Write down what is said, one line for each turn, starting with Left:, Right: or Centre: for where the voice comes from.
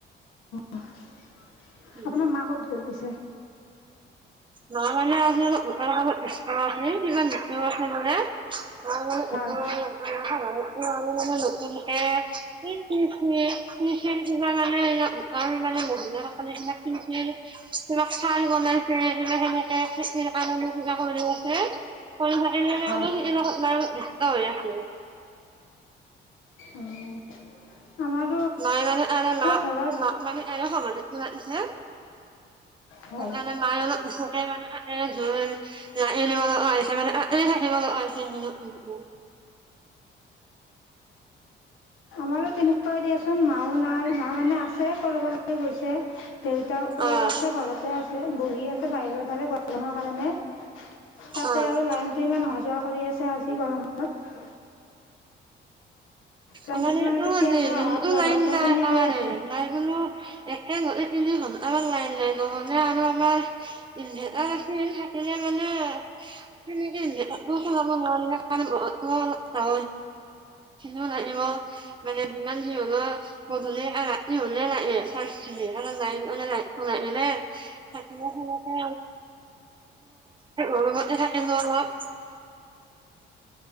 Left: আপোনাৰ
Right: উম,
Left: মা ক'ত গ'ল পিছে?
Right: মা মানে আজি গোটৰ কামত ব্যস্ত আছে, কিবা লিখিব আছে বোলে। মা মানে
Left: হয়,
Right: গোটৰ <unintelligible> মানে নতুন গোটে কি কি কি কি কি লিখিবা মানে আমাৰ মানে মহিলাসকলে কিবাকে লিখে, কিবা সেনেকে খেতিৰ কাৰণে কিবা কৰি আছে কৰি থাকিলে
Left: হয়।
Right: অলপ, আপোনাৰ কিবাকে হৈ আছিল।
Left: উম আমাৰ,
Right: নাই মানে এনে মা
Left: ঘৰত
Right: মা মানে এনেকা মানে হে,
Left: হয়।
Right: সেইকাৰণে মায়ে অলপ মানে ওচৰতে থাকে। লাহ নিমল আহিছে মানে এ লিমলিছে উ উম <unintelligible>
Left: মোৰো তেনেকুৱাই দিয়াচোন মাও নাই মা মানে আছে কৰবালৈ গৈছে। দেউতাও
Right: অ'।
Left: আছে ঘৰতে আছে বহি আছে বাহিৰৰ ফালে গৰমৰ কাৰণে, তাতে
Right: অ'
Left: আৰু লাইনটো ইমান অহা যোৱা কৰি আছে আজি গৰমত। লাইনটো
Right: উম
Left: মানে
Right: উম
Left: তেতিয়াৰ পৰা
Right: দিনটো
Left: অহা যোৱা
Right: লাইন
Left: অহা যোৱা
Right: নাই
Left: তেনেকাই
Right: একেবাৰে।
Left: আছে।
Right: নাই বোলো একে ৰাহে তিনি ঘণ্টা লাইন নাই নহ'লে আৰু আমাৰ, ইনভাৰাইটা থাকিলে মানে সেনেকে, প ন মাৱ চ <unintelligible> হলেও মানে যিমান যি হলেও, গধূলি আকৌ ৰাতি হলে লাইন যায়, চাৰ্চ অকণমাণ লাগে লাইনটো নাহিলে। থাকিলে সেনেকে আৰু যতে থাকিল অলপ <unintelligible>